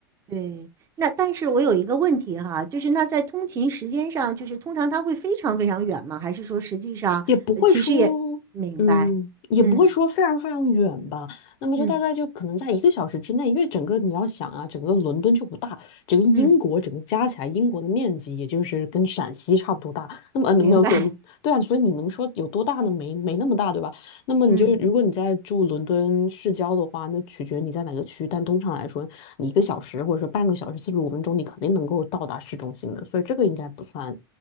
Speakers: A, on the right; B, on the left.
A: 对，那但是我有一个问题哈，就是那在通勤时间上，就是通常它会非常非常远吗？还是说实际上，
B: 也不会说，
A: 呃，其实也明白，
B: 嗯，也不会说非常非常远吧。
A: 嗯
B: 那么就大概就可能在一个小时之内，
A: 嗯
B: 因为整个你要想啊，整个伦敦就不大，整个英国整个加起来，
A: 嗯，
B: 英国的面积也就是跟陕西差不多大。那么嗯，
A: 明白，
B: 没有伦，
A: <laughs>
B: 对啊，所以你能说有多大呢？没没那么大，对吧？那么你就如果你在住伦敦市郊的话，
A: 嗯
B: 那取决你在哪个区，但通常来说，你一个小时或者说半个小时四十五分钟，你肯定能够到达市中心的，所以这个应该不算